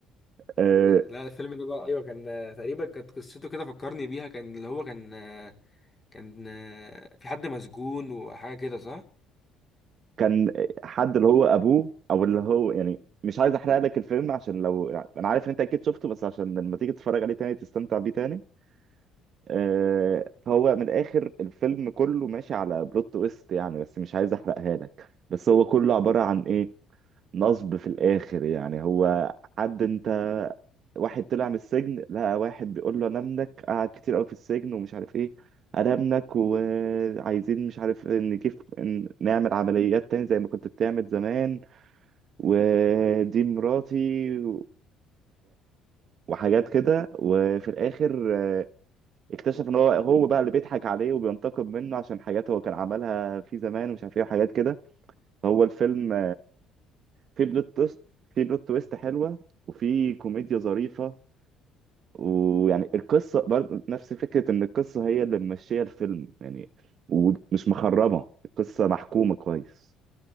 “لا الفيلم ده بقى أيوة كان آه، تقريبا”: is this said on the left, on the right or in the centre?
Left